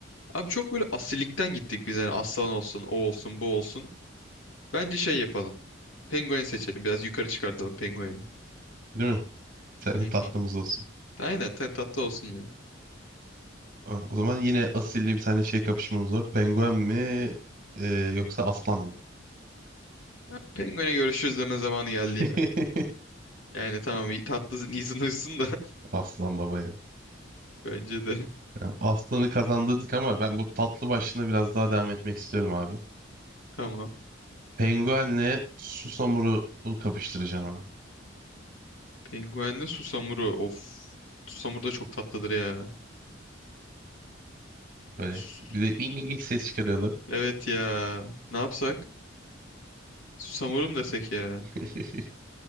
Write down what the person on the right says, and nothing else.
Değil mi? Bir tane
tatlımız
olsun.
Ha, O zaman yine asille bir tane şey kapışmamız var. Penguen mi e, yoksa aslan mı?
<laughs>
Aslan baba ya.
Ya Aslanı kazandırdık ama ben bu tatlı başlığına biraz daha devam etmek istiyorum abi.
Penguenle susamuru kapıştıracağım abi.
Böyle
bir de ilk, ses çıkarıyorlar.
<laughs>